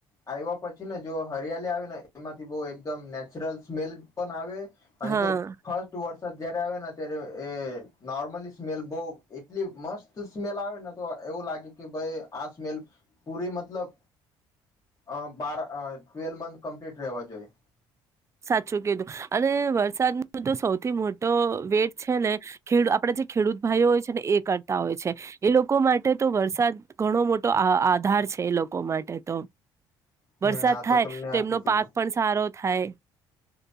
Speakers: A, on the left; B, on the right.
A: આવ્યા પછી ને જો હરિયાળી આવે ને એમાંથી બહુ એકદમ નેચ ચરલ સ્મેલ પણ આવે અને
B: હા
A: જો ફર્સ્ટ વરસાદ જ્યારે આવે ને ત્યારે એ નોર્મલી સ્મેલ બહુ એટલી મસ્ત સ્મેલ આવે ને તો એવું લાગે કે ભાઈ આ સ્મેલ પૂરી મતલબ અ બાર ટ્વેલ મંથ કમ્પ્લીટ રહેવા જોઈએ.
B: સાચું કીધું અને વરસાદ ન તો સૌથી મોટો વેટ છે ને ખેડ આપણે જે ખેડૂત ભાઈઓ હોય છે ને એ કરતા હોય છે. એ લોકો માટે તો વરસાદ ઘણો મોટો આ આ આધાર છે, એ લોકો માટે તો
A: હમ
B: વરસાદ
A: હા
B: થાય
A: તમને
B: તો
A: આ
B: એમનો
A: શું કીધું
B: પાક પણ સારો થાય.